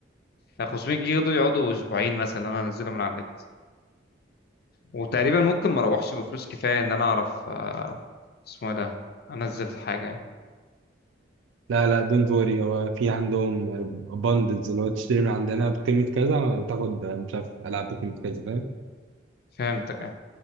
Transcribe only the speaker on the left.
يعني 500 جيجا دول يقعدوا اسبوعين مثلا لو انا هنزلهم من على النت وتقريبا ممكن ما اروحش بفلوس كفايه ان انا اعرف آه، اسمه إيه ده انزل حاجه يعني
فهمتك يعني.